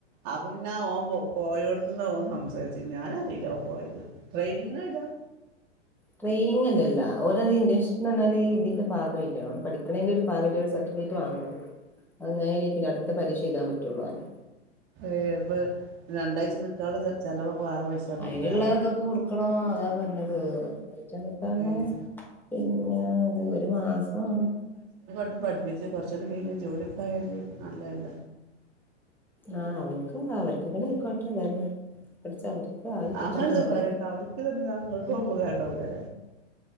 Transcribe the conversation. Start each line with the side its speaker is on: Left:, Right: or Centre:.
Right: അപ്പം പിന്നെ ഓൻ പോയടുത്ത്ന്ന് ഓന് സംസാരിച്ച് ഞാനറീല്ല ഓൻ പോയത്. ട്രെയിനിങ്ങിന് പോയതാ
Centre: ട്രെയിനിങ് അല്ലല്ലാ അവഓന അത് ഇന്റേൻഷിപ്പ് എ പറഞ്ഞല് ഇടിന്റെ പാകമായിട്ടാണ് ഓൻ പഠിക്കണേന്റെ ഒരു പാമായി സർട്ടിഫിക്കറ്റ് വാങ്ങണത് അത് ഞെടു പരീക്ഷ എഴതാൻ പറ്റുവുള്ളൂ അല്ലോ
Right: ഏ അപ്പൊ രണ്ടാഴ്ച നിക്കാനുള്ള ചെ ചെലവൊക്കെ വേറെ പൈസ വാണ്ടിവരൂലേ
Centre: അയിനുള്ള ഇതൊക്കെ കൊടുക്കണോ അതാ പറഞ്ഞത് റ്റ നക്ക
Right: ഉം
Centre: <unintelligible> പിന്നെ അത് ഒരു മാസമാണ്
Right: പഠിപ്പി കൊറച്ച കഴ ജോലി കായല് നല്ലല്ല
Centre: ആ അവർക്ക് അവർക്ക ഇങ്ങനെ ആയിക്കോട്ടെ അതന്നെ പഠിച്ച അവർക്ക് ആയി കിട്ടട്ടെ
Right: അങ്ങനെന്ത
Centre: എന്നാല്
Right: പറയണ്ട അവർക്ക് തന്നെ നിങ്ങൾക്ക് ഉപകാരം ആവൂല്ലേ